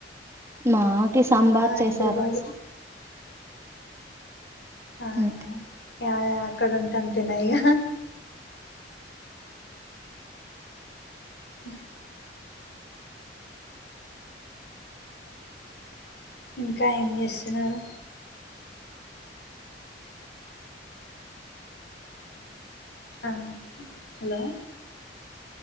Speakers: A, on the right (about 15°); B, on the left (about 70°).
A: మాకి
B: మేమా
A: సాంబార్
B: హైదరాబాద్
A: చేశారు
B: అవునా
A: ఉ
B: యా యా అక్కడ ఉంటే అంతేనా ఇగ అ ఇంకా ఏం చేస్తున్నారు ఆ హలో